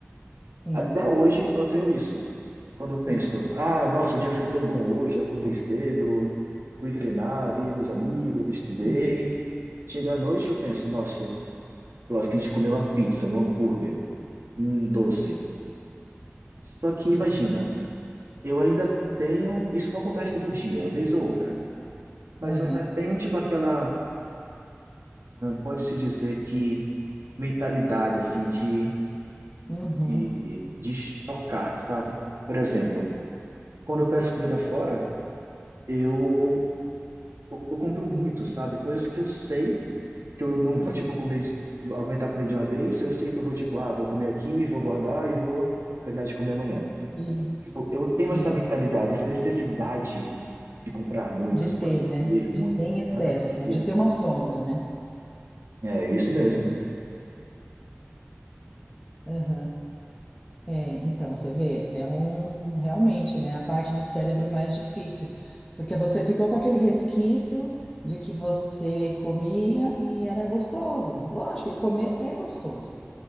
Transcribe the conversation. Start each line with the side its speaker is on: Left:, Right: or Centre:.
Left: Sim,
Right: Até hoje eu tenho isso. Quando eu penso,
Left: sim.
Right: ah, nossa, o dia foi tão bom hoje, acordei cedo, fui treinar, vi meus amigos, estudei.
Left: e-
Right: Chega à noite eu penso, nossa, tô a fim de comer uma pizza, um hambúrguer, um doce. Só que imagina, eu ainda tenho, isso não acontece todo dia, vez ou outra, mas
Left: Aham.
Right: eu ainda tenho tipo aquela, pode-se dizer que mentalidade assim de,
Left: Uhum.
Right: de, de estocar, sabe? Por exemplo, quando eu peço comida fora, eu, eu, eu compro muito, sabe? Coisas que eu sei que eu não vou, tipo, comer, de- tipo, aguentar comer de uma vez, eu sei que eu vou, tipo, ah, vou comer aqui, vou guardar e vou terminar de comer amanhã.
Left: e-
Right: Tipo, eu tenho
Left: Isso.
Right: essa mentalidade, essa necessidade de comprar muito,
Left: De
Right: sabe?
Left: ter,
Right: De
Left: né?
Right: comer
Left: De
Right: muito.
Left: ter em
Right: Exatamente
Left: excesso, né? De
Right: isso.
Left: ter uma sobra, né?
Right: É isso mesmo.
Left: Aham. É, então, você vê, é um realmente, né, a parte do cérebro mais difícil, porque você ficou com aquele resquício de que você comia e era gostoso. Lógico, e comer é gostoso,